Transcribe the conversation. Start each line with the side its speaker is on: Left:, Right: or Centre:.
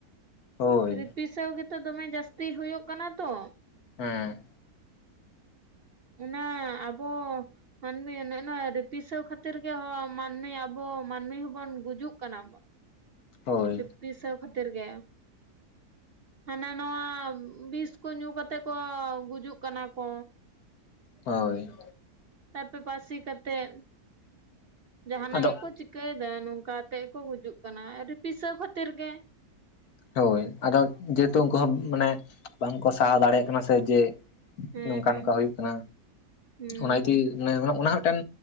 Left: ᱦᱳᱭ
Right: ᱨᱤᱯᱤᱥᱟᱹᱣ ᱜᱮᱛᱚ ᱫᱚᱢᱮ ᱡᱟᱹᱥᱛᱤ ᱦᱩᱭᱩᱜ ᱠᱟᱱᱟ ᱛᱚ᱾
Left: ᱦᱮᱸ
Right: ᱚᱱᱟ ᱟᱵᱚ ᱢᱟᱹᱱᱢᱤ ᱚᱱᱮ ᱚᱱᱟ ᱨᱤᱯᱤᱥᱟᱹᱣ ᱠᱷᱟᱹᱛᱤᱨ ᱜᱮ ᱦᱚᱸ ᱢᱟᱹᱱᱢᱤ ᱟᱵᱚ ᱢᱟᱹᱱᱢᱤ ᱦᱚᱵᱚᱱ ᱜᱩᱡᱩᱜ ᱠᱟᱱᱟ᱾
Left: ᱦᱳᱭ
Right: ᱨᱤᱯᱤᱥᱟᱹᱣ ᱠᱷᱟᱹᱛᱤᱨ ᱜᱮ᱾ ᱦᱟᱱᱟ ᱱᱟᱶᱟ ᱵᱤᱥ ᱠᱚ ᱧᱩ ᱠᱟᱛᱮ ᱠᱚ ᱜᱩᱡᱩᱜ ᱠᱟᱱᱟ ᱠᱚ᱾
Left: ᱦᱚᱭ
Right: ᱛᱟᱨ ᱯᱚᱨᱮ ᱯᱟᱥᱤ ᱠᱟᱛᱮᱜ, ᱡᱟᱦᱟᱱᱟᱜ
Left: ᱟᱫᱚ
Right: ᱜᱮᱠᱚ ᱪᱤᱠᱟᱹᱭ ᱮᱫᱟ ᱱᱚᱝᱠᱟ ᱟᱛᱮ ᱜᱮ ᱠᱚ ᱜᱩᱡᱩᱜ ᱠᱟᱱᱟ, ᱨᱤᱯᱤᱥᱟᱹᱣ ᱠᱷᱟᱹᱛᱤᱨ ᱜᱮ᱾
Left: ᱦᱳᱭ ᱟᱫᱚ ᱡᱮ ᱦᱮᱛᱩ ᱩᱱᱠᱩ ᱦᱚᱸ ᱢᱟᱱᱮ ᱵᱟᱝᱠᱚ ᱥᱟᱦᱟᱣ ᱫᱟᱲᱮᱭᱟᱜ ᱠᱟᱱᱟ ᱥᱮ ᱡᱮ
Right: ᱦᱮᱸ
Left: ᱱᱚᱝᱠᱟ
Right: ᱦᱮᱸ
Left: ᱱᱚᱝᱠᱟ ᱦᱩᱭᱩᱜ ᱠᱟᱱᱟ
Right: ᱦᱮᱸ
Left: ᱚᱱᱟ
Right: ᱛᱚ
Left: ᱡᱩᱫᱤ ᱚᱱᱮ, ᱚᱱᱟ ᱦᱚᱸ ᱢᱤᱫᱴᱟᱝ